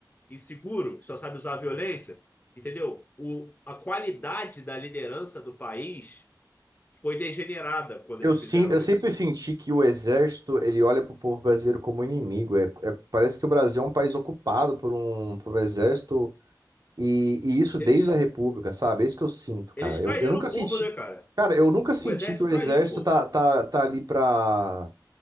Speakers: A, on the left; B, on the right.
A: inseguro, que só sabe usar a violência, entendeu? O, a qualidade da liderança do país foi degenerada quando
B: eu,
A: eles
B: sin-
A: fizeram
B: eu sempre
A: isso.
B: senti que o exército, ele olha pro povo brasileiro como inimigo. É- é- parece que o Brasil é um país ocupado por um, por um exército E, e isso
A: Eles,
B: desde a República, sabe? É isso que eu sinto, cara.
A: eles
B: Eu,
A: traíram
B: eu nunca
A: o povo,
B: senti.
A: né, cara?
B: Cara, eu nunca senti
A: O exército
B: que o exército
A: traiu o povo.
B: tá, tá, tá ali pra,